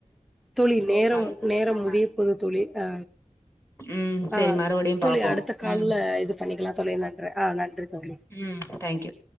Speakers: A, in the centre; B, on the left.
A: தோழி நேரம்
B: ஒரு களைப்பு
A: நேரம்
B: தெரியாம
A: முடிய போது தோழி ஆ
B: ம் சரி
A: ஆ
B: மறுபடியும்
A: தோழி
B: பாப்போம்
A: அடுத்த கால்ல
B: ம்
A: இது பண்ணிக்கலா தோழி நன்றி ஆ நன்றி தோழி
B: ம் தேங்க்யூ